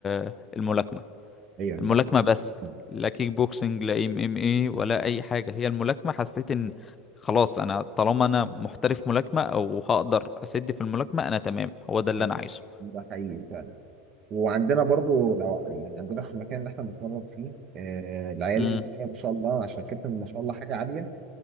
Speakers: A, on the left (about 25°); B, on the right (about 40°).
A: آه، الملاكمة
B: ايوه
A: الملاكمة
B: ده
A: بس
B: حقيقي.
A: لا كيك بوكسنج لا ام ام اي ولا أي حاجة هي الملاكمة حسيت إن خلاص أنا طالما أنا محترف ملاكمة أو هقدر أسد في الملاكمة أنا تمام هو ده اللي
B: ايوه
A: أنا عايزه
B: ده حقيقي فعلا وعندنا برضو لو يعني عندنا في المكان اللي احنا بنتمرن فيه آه العيال
A: امم
B: اللي معايا ما شاء الله عشان كابتن ما شاء الله حاجه عاليه